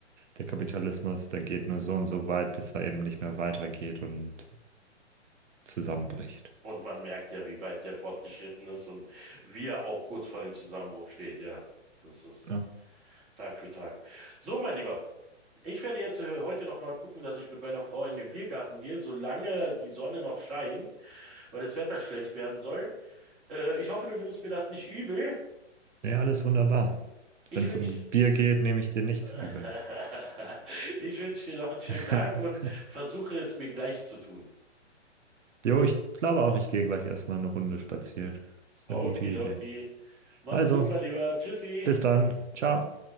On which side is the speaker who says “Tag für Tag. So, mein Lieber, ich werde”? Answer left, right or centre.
Right